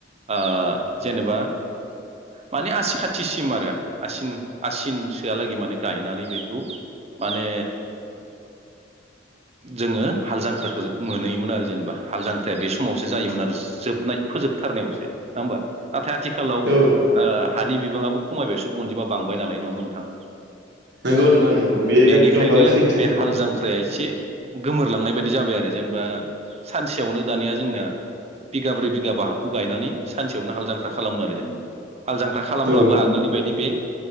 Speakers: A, on the right; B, on the right.
A: आ जेनेबा माने आसि खाथिसिम आरो आसिन आसिन सोआलागै माने गायनानै बेखौ माने जोङो हाल जांख्राखौ मोनहोयोमोन आरो जेनेबा हाल जांख्राया बे समावसो जायोमोन आरो जोबनाय फोजोबथारनायावसो नङा होमबा नाथाय आथिखालाव
B: औ
A: आ हानि बिबाङाबो खमायबाय सुबुं अनजिमा बांबाय नालाय नङा होनबा नोंथां?
B: नोंगौ नोंथां नोंगौ बे
A: बेनिखायनो
B: एकदमबारै सैथो।
A: बे हाल जांख्राया एसे गोमोरलांनाय बायदि जाबाय आरो जेनेबा सानसेयावनो दानिया जोंना बिगाब्रै बिगाबा हाखौ गायनानै सानसेयावनो हाल जांख्रा खालामो आरो जेनेबा हाल जांख्रा खालामब्लाबो
B: औ
A: आगोलनि बायदि बे